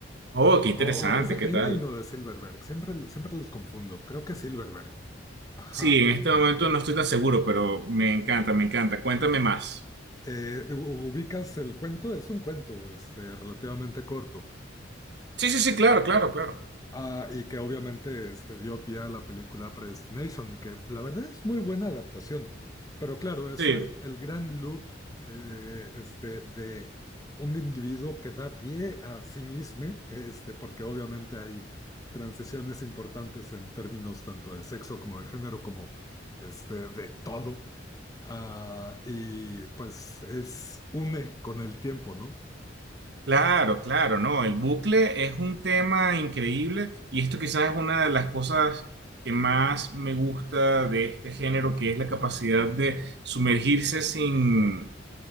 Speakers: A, on the right; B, on the left.
A: Oh, qué interesante,
B: O o, es de Heinlein
A: ¿qué tal?
B: o de Silverberg, siempre, siempre los confundo, creo que Silverberg. Ajá.
A: Sí, en este momento no estoy tan seguro, pero me encanta, me encanta. Cuéntame más.
B: Eh, u- ubicas el cuento, es un cuento, este, relativamente corto.
A: Sí, sí, sí, claro, claro, claro.
B: Ah, y que obviamente este, dio pie a la película Predestination y que la verdad es muy buena adaptación. Pero claro, eso,
A: Sí.
B: eh, el gran loop eh, este, de un individuo que da pie a sí mismo, este, porque obviamente hay transiciones importantes en términos tanto de sexo como de género, como este, de todo. Ah, y pues es une con el tiempo, ¿no?
A: Claro, claro, no, el bucle es un tema increíble y esto quizás es una de las cosas que más me gusta de este género, que es la capacidad de sumergirse sin,